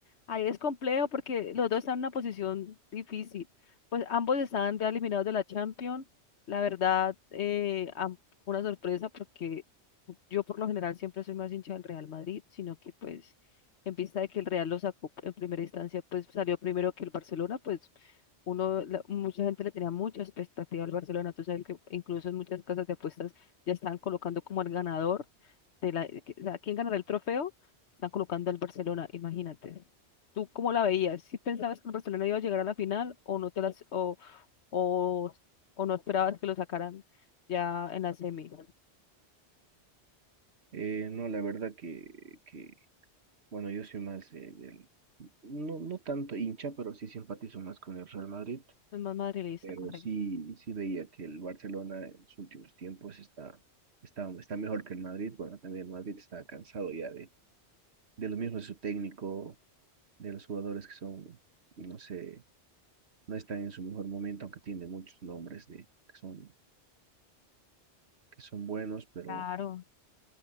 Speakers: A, on the left; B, on the right.
A: Ahí es complejo porque los dos están en una posición difícil. Pues ambos estaban ya eliminados de la Champions. La verdad, eh, am- fue una sorpresa porque yo por lo general siempre soy más hincha del Real Madrid, sino que pues en vista de que el Real lo sacó en primera instancia, pues salió primero que el Barcelona, pues uno, la- mucha gente le tenía mucha expectativa al Barcelona. Tú sabes que incluso en muchas casas de apuestas ya están colocando como el ganador de la, que- o sea, ¿quién ganará el trofeo? Están colocando al Barcelona, imagínate. ¿Tú cómo la veías? si pensabas que el Barcelona iba a llegar a la final o no te las o, o, o no esperabas que lo sacaran ya en la semi?
B: Eh, no, la verdad que, que, bueno, yo soy más eh, del, no, no tanto hincha, pero sí simpatizo más con el Real Madrid.
A: Es más madridista,
B: Pero
A: correcto.
B: sí, sí veía que el Barcelona en sus últimos tiempos está, está, está mejor que el Madrid. Bueno, también el Madrid está cansado ya de, de lo mismo de su técnico, de los jugadores que son, no sé no está en su mejor momento, aunque tiene muchos nombres de, que son, que son buenos, pero,
A: Claro.